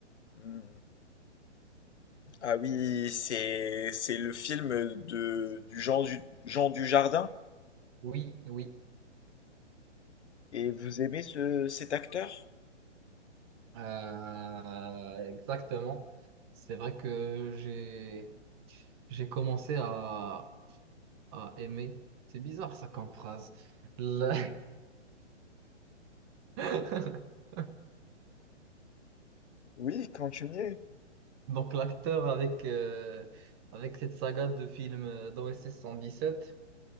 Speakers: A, on the left; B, on the right.
A: Mmh. Ah oui, c'est c'est le film de du Jean du Jean Dujardin.
B: oui, oui.
A: Et vous aimez ce cet acteur?
B: Euh, exactement. C'est vrai que j'ai, j'ai commencé à, à aimer. C'est bizarre ça comme phrase. La- <laughs>
A: Oui, continuez.
B: Donc l'acteur avec, euh, avec cette saga de films d'OSS 117.